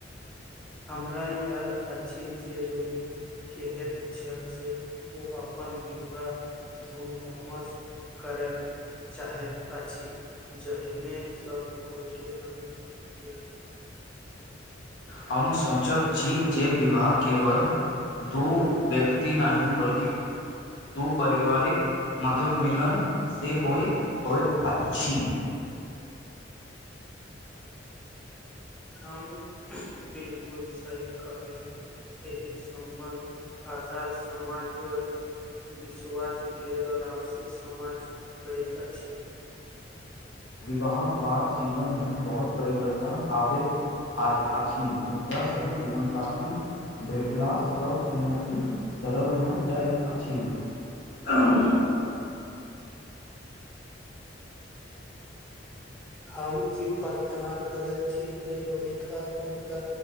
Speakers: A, in the centre; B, on the left.
A: हमरा याद अछि जे रोहित केहेत छल जे ओ अपन विवाह धूम धामस करय चाहैत अछि जाहिमे सब गोटे <unintelligible>
B: हम सोंचत छी जे विवाह केवल दु व्यक्ति नाहि बल्कि दू परिवारिक मधुर मिलन से होई होइत अछि।
A: हॅं, बिलकुल सही कहलहुॅं। एहि समबन्ध आदर्श समाज आऔर विश्वास <unintelligible> आऔर आपसी समझ बढैत अछि।
B: विवाहक बाद जीवन मे बहुत परिवर्तन आबैत आई अछी मुद्दाास सही जीवनसाथी भेटला सब चुनौती सरल भऽ जाइत अछि। अंहह
A: हम ई प्रार्थना करैत छी जे रोहित आ उनका